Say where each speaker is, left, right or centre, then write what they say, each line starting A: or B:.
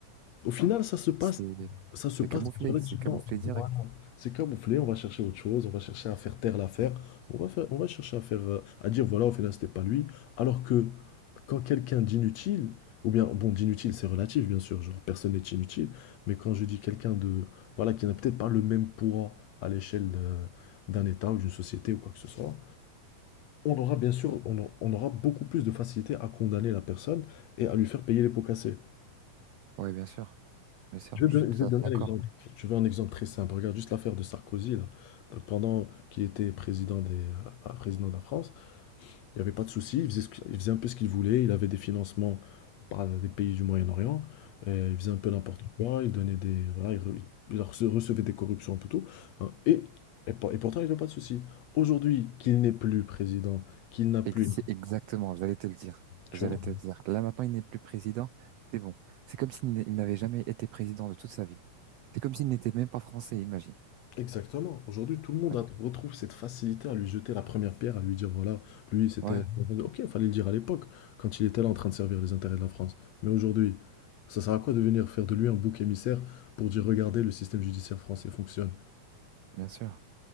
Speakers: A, on the left; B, on the right.
A: au final, ça se passe,
B: C'est
A: ça se
B: c'est
A: passe
B: camouflé.
A: relativement.
B: C'est camouflé direct.
A: Voilà. C'est camouflé, on va chercher autre chose, on va chercher à faire taire l'affaire, on va faire, on va chercher à faire, euh, à dire voilà, au final, c'était pas lui. Alors que quand quelqu'un d'inutile, ou bien, bon, d'inutile, c'est relatif, bien sûr, genre personne n'est inutile, mais quand je dis quelqu'un de, voilà, qui n'a peut-être pas le même poids à l'échelle de- d'un État ou d'une société ou quoi que ce soit, on aura bien sûr, on, a- on aura beaucoup plus de facilité à condamner la personne et à lui faire payer les pots cassés.
B: Oui, bien sûr. Bien sûr.
A: Je vais
B: Je
A: te
B: suis
A: donner,
B: tout
A: je vais te
B: à
A: donner
B: fait d'accord.
A: un exemple. Tu veux un exemple très simple. Regarde juste l'affaire de Sarkozy, là. Donc, pendant qu'il était président des, euh, ah, président de la France, il n'y avait pas de souci. Il faisait, ce que- il faisait un peu ce qu'il voulait. Il avait des financements par des pays du Moyen-Orient. euh, Il faisait un peu n'importe quoi. Il donnait des, voilà, il, re- il rece- recevait des corruptions un peu tout. hein, et, et, pour- et pourtant, il n'y avait pas de souci. Aujourd'hui, qu'il n'est plus président, qu'il n'a plus,
B: Ex- c'est Exactement, j'allais te le dire.
A: tu
B: J'allais
A: vois,
B: te le dire. Là, maintenant, il n'est plus président. C'est bon. C'est comme s'il n'est- il n'avait jamais été président de toute sa vie. C'est comme s'il n'était même pas français, imagine.
A: Exactement. Aujourd'hui, tout le monde
B: Ouais,
A: a- retrouve cette facilité à lui jeter la première pierre, à lui dire, voilà, lui, c'était...
B: Ouais,
A: Ok, il fallait le dire à l'époque, quand il était là en train de servir les intérêts de la France. Mais aujourd'hui, ça sert à quoi de venir faire de lui un bouc émissaire pour dire, regardez, le système judiciaire français fonctionne?
B: bien sûr,